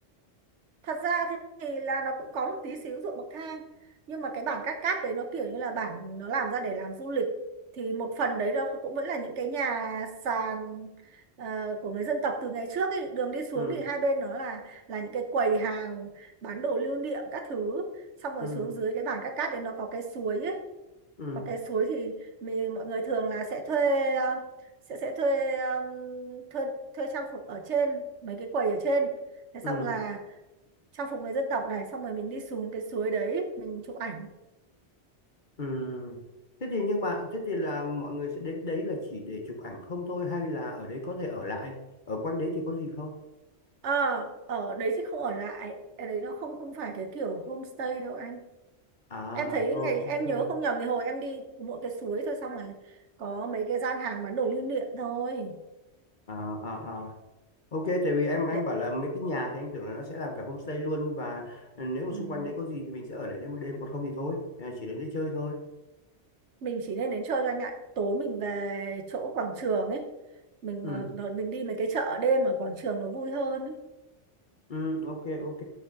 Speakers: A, on the right; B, on the left.
A: thật ra thì thì là nó cũng có một tí xíu ruộng bậc thang nhưng mà cái bản cát cát đấy nó kiểu như là bản nó làm ra để làm du lịch thì một phần đấy nó cũng vẫn là những cái nhà sàn ờ, của người dân tộc từ ngày trước ấy. đường đi xuống
B: Ừ,
A: thì hai bên nó là là những cái quầy hàng bán đồ lưu niệm các thứ xong rồi
B: ừ,
A: xuống dưới cái bản cát cát đấy nó có cái suối ấy
B: ừ,
A: và cái suối thì mình, mọi người thường là sẽ thuê ờ, sẽ sẽ thuê ờ, thuê thuê trang phục ở trên mấy cái quầy ở trên thế xong
B: ừ,
A: là trang phục người dân tộc này xong rồi mình đi xuống cái suối đấy mình chụp ảnh
B: ừ. Thế thì nhưng mà thế thì là mọi người sẽ đến đấy là chỉ để chụp ảnh không thôi hay là ở đấy có thể ở lại? Ở quanh đấy thì có gì không?
A: ờ ở đấy thì không ở lại ở đấy nó không không phải cái kiểu homestay đâu anh
B: À,
A: em thấy
B: ờ
A: ngày
B: ok.
A: em nhớ không nhầm thì hồi em đi thì mỗi cái suối thôi xong rồi có mấy cái gian hàng bán đồ lưu niệm thôi
B: À à à Ok, tại vì em em
A: để
B: bảo là mấy cái nhà thì anh tưởng là nó sẽ làm cả homestay luôn và nếu
A: ừm,
B: mà xung quanh đấy có gì thì mình sẽ ở lại đấy một đêm còn không thì thôi, à, chỉ đến đây chơi thôi.
A: mình chỉ nên đến chơi cho anh ạ tối mình về chỗ quảng trường ấy mình
B: Ừ,
A: ờ, rồi mình đi mấy cái chợ đêm ở quảng trường nó vui hơn ấy.
B: ừ, ok, ok.